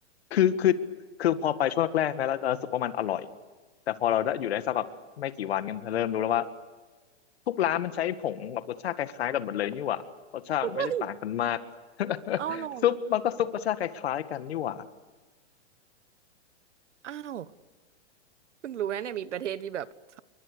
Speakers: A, on the left (about 60°); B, on the right (about 85°).
A: คือคือคือพอไปช่วงแรกๆนะแล้วเรารู้สึกว่ามันอร่อยแต่พอเราได้อยู่ได้สักแบบไม่กี่วันเนี่ยมันจะเริ่มรู้แล้วว่า ทุกร้านมันใช้ผงแบบรสชาติคล้ายๆกันหมดเลยนี่หว่ารสชาติมันไม่ได้ต่างกันมาก
B: เฮ้ย
A: <laughs>
B: เอาลอง
A: ซุปมันก็ซุปรสชาติคล้ายๆกันนี่หว่า
B: อ้าวเพิ่งรู้นะเนี่ยมีประเทศที่แบบ <laughs> ท